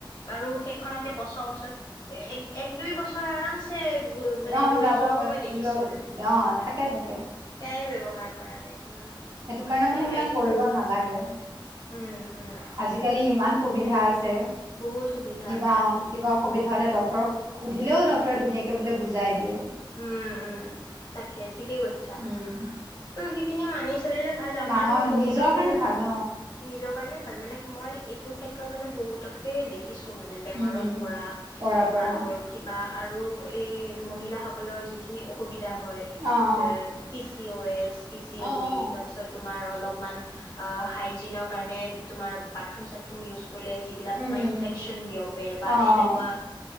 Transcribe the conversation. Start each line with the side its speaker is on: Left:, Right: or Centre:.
Left: বাৰু সেইখনত। বছৰ বছৰ এক দুই বছৰ আৰামছে। মানে
Right: অ
Left: লৈ
Right: যাবগৈ
Left: যোৱাও মই দেখিছো
Right: লৈ
Left: মানে
Right: অ থাকে থাকে
Left: সেইয়াই ব্যৱহাৰ সহাৰ কৰাটায়ত উম
Right: সেইটো কাৰণে
Left: তাকে
Right: মানে সেইবিলাক
Left: হাইজিন
Right: কৰিব
Left: টো বহুত
Right: নালাগে
Left: ইম্পৰ্টেণ্ট উম, উম,
Right: আজিকালি ইমান সুবিধা আছে।
Left: বহুত সুবিধা
Right: কিবা
Left: তাকে।
Right: কিবা অসুবিধা হলে ডক্তৰক সুধিলেও ডক্টৰে ধুনীয়াক বোলে বুজাই দিয়ে
Left: উম উম তাকে ঠিকেই কৰিছা
Right: উম।
Left: ত স কিনে মানি চলিলে ভাল আৰু
Right: মা
Left: কাৰণ
Right: অ
Left: মই বহুতকে
Right: নিজৰ কাৰণে ভাল ন
Left: নিজৰ কাৰণে ভাল মানে মই এইটো ক্ষেত্ৰত মানে বহুতকে দেখিছোঁ মানে বেমাৰত
Right: উম উম।
Left: পৰা
Right: পৰা পৰা
Left: আৰু কিবা আৰু এই মহিলাসকল সকল যিখিনি অসুবিধা হয়
Right: অ অ
Left: পিছ চি অ' এছ পিচিও
Right: অ
Left: দি
Right: অ
Left: তাৰ পিছত <unintelligible> কৰিলে যিবিলাক
Right: উম
Left: তোমাৰ
Right: উম
Left: ইনফেকচন
Right: উম
Left: বিয়পে বা
Right: অ
Left: এনেকুৱা
Right: অ